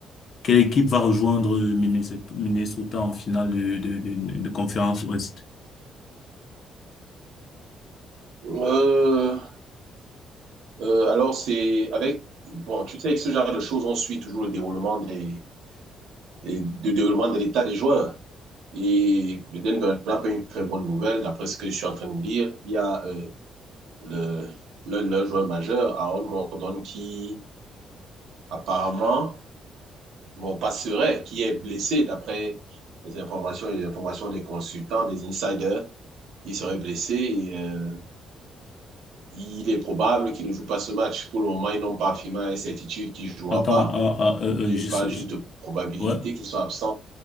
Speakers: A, on the left; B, on the right.
A: quelle équipe va rejoindre Minnesota Minnesota en finale de, de, de, de conférence Ouest?
B: Euh, euh, alors, c'est avec... Bon, tu sais, avec ce genre de choses, on suit toujours le déroulement des, des- du déroulement de l'état des joueurs. Et le Denver n'a pas une très bonne nouvelle, d'après ce que je suis en train de dire. Il y a euh, le, l'un de leurs joueurs majeurs, Aaron Gordon, qui apparemment, bon, passerait, qui est blessé, d'après les informations et les informations des consultants, des insiders. Il serait blessé et euh, il est probable qu'il ne joue pas ce match. Pour le moment, ils n'ont pas affirmé à la certitude qu'il ne jouera
A: Attends,
B: pas.
A: ah, ah, euh,
B: Il
A: euh, je,
B: parle
A: sais-
B: juste
A: je-
B: de probabilités
A: ouais,
B: qui sont absentes.